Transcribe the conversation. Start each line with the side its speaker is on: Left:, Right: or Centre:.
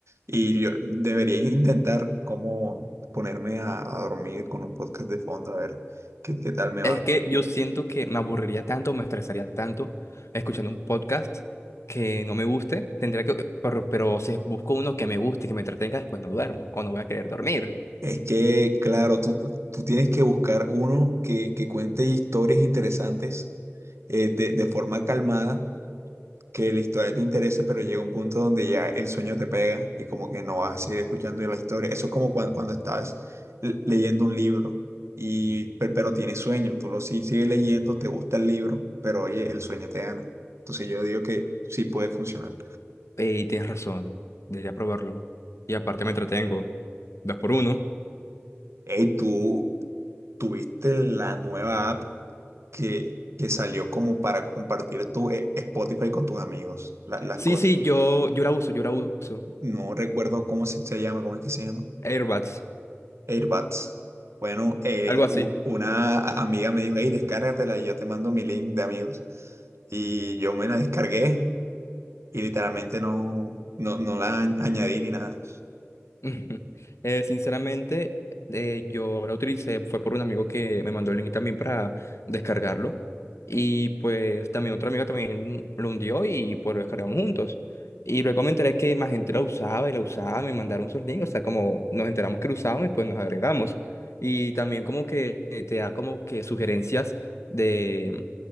Right: Y yo debería intentar cómo ponerme a, a dormir con un podcast de fondo, a ver qué, qué tal me va.
Left: Es que yo siento que me aburriría tanto, me estresaría tanto escuchando un podcast que no me guste. Tendría que, pero, pero si busco uno que me guste, que me entretenga, después no duermo o no voy a querer dormir.
Right: Es que, claro, tú, tú tienes que buscar uno que, que cuente historias interesantes eh, de, de forma calmada que la historia te interese, pero llega un punto donde ya el sueño te pega y como que no vas a seguir escuchando la historia. Eso es como cuan- cuando, estás l- leyendo un libro, y, pe- pero tienes sueño, tú lo si- sigues leyendo, te gusta el libro, pero oye, el sueño te gana. Entonces yo digo que sí puede funcionar.
Left: Y tienes razón, debería probarlo. Y aparte me entretengo. Dos por uno.
Right: Hey, tú tuviste la nueva app que, que salió como para compartir tu eh, Spotify con tus amigos, la- las
Left: Sí,
Right: cosas.
Left: sí, yo, yo la uso, yo la uso.
Right: No recuerdo cómo se, se llama, ¿cómo es que se llama?
Left: Airbuds,
Right: AirBuds. Bueno, eh,
Left: algo
Right: u-
Left: así.
Right: u- una amiga me dijo, hey, descárgatela y yo te mando mi link de amigos. Y yo me la descargué y literalmente no, no, no la añ- añadí ni nada.
Left: <laughs> Ujú. Eh, sinceramente, eh, yo la utilicé, fue por un amigo que me mandó el link también para descargarlo. Y pues también otro amigo también lo hundió y pues lo descargamos juntos. Y luego me enteré que más gente la usaba y la usaba, me mandaron sus links, o sea, como nos enteramos que lo usaban y pues nos agregamos. Y también como que eh, te da como que sugerencias de